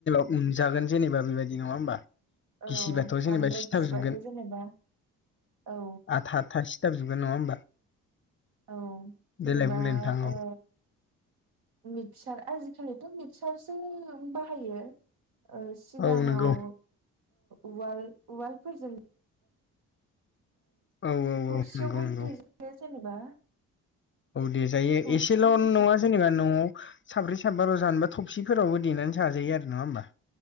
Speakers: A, on the left (about 30°); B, on the right (about 75°).
A: मोनजागोन जेनेबा बेबायदि नङा होनबा
B: औ
A: गिसिबाथ'
B: बांद्राय
A: जेनेबा सिथाबजोबगोन
B: गिसिबाथ' जेनेबा औ
A: आथा आथा सि सिथाबजोबगोन नङा होमबा
B: औ जेनेबा
A: देलाय बुंलाय नोंथां औ
B: ओ मिक्चार आजिखालिथ' मिक्चारसो बाहायो सिगाङाव
A: औ नंगौ
B: उवाल उवालफोरजों
A: औ औ
B: थौबसियावबो
A: औ नंगौ नंगौ
B: देजायो जेनेबा
A: औ देजायो
B: थौसिखौ
A: एसेल'
B: मिथि
A: नङा जेनेबा न'आव साब्रै साबा जानोबा थबसिफोरावबो देनानै जाजायो आरो नङा होमबा